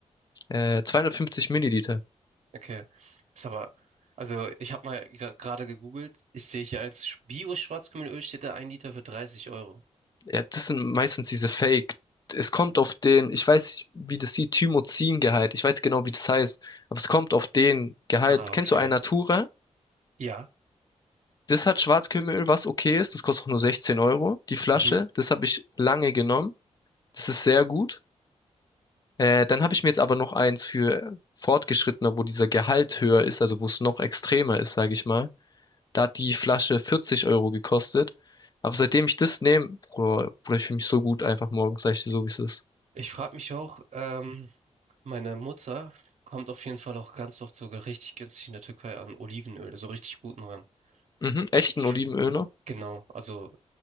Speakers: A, on the left; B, on the right.
A: Äh, 250 Milliliter.
B: Okay, ist aber, also ich habe mal gra- gerade gegoogelt. Ich sehe hier eins, Bio-Schwarzkümmelöl steht da, ein Liter für 30 Euro.
A: Ja, das sind meistens diese Fake. Es kommt auf den, ich weiß, wie das sieht, Thymozingehalt. Ich weiß genau, wie das heißt. Aber es kommt auf den Gehalt.
B: Ah,
A: Kennst
B: okay.
A: du Alnatura?
B: Ja.
A: Das hat Schwarzkümmelöl, was okay ist. Das kostet auch nur 16 Euro, die Flasche.
B: Mhm.
A: Das habe ich lange genommen. Das ist sehr gut. Äh, dann habe ich mir jetzt aber noch eins für Fortgeschrittene, wo dieser Gehalt höher ist, also wo es noch extremer ist, sage ich mal. Da hat die Flasche 40 Euro gekostet. Aber seitdem ich das nehme, Bruder, Bruder, ich fühle mich so gut einfach morgens, sag ich dir so, wie es ist.
B: Ich frage mich auch, ähm, meine Mutter kommt auf jeden Fall auch ganz oft sogar richtig günstig in der Türkei an Olivenöl, so richtig guten ran.
A: Mhm,
B: Ich,
A: echten
B: ich,
A: Olivenöl noch?
B: genau, also